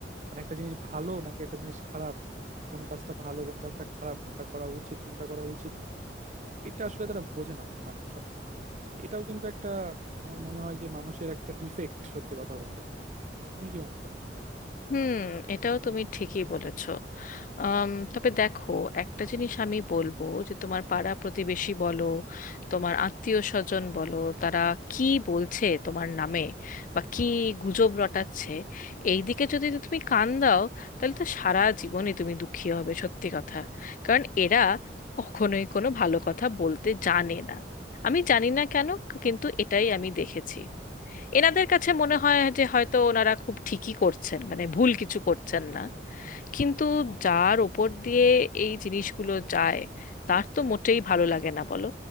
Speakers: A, on the right; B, on the left.
A: মানে একটা জিনিস ভালো নাকি একটা জিনিস খারাপ কোন কাজটা ভালো কোন কাজটা খারাপ কোনটা করা উচিত কোনটা করা উচিত না এটা আসলে তারা বোঝে না মানুষ আর কি এটাও কিন্তু একটা আমার মনে হয় যে মানুষের একটা ডিফেক্ট সত্যি কথা বলতে তুমি কি মনে করো
B: হুম এটাও তুমি ঠিকই বলেছো আম, তবে দেখো একটা জিনিস আমি বলবো যে তোমার পাড়া প্রতিবেশী বলো তোমার আত্মীয় স্বজন বলো তারা কি বলছে তোমার নামে বা কি গুজব রটাচ্ছে এই দিকে যদি তুমি কান দাও তাহলে তো সারা জীবনই তুমি দুঃখী হবে সত্যি কথা কারণ এরা কখনোই কোনো ভালো কথা বলতে জানে না আমি জানি না কেন কিন্তু এটাই আমি দেখেছি এনাদের কাছে মনে হয় যে হয়তো ওনারা খুব ঠিকই করছেন মানে ভুল কিছু করছেন না কিন্তু যার ওপর দিয়ে এই জিনিসগুলো যায় তার তো মোটেই ভালো লাগে না বলো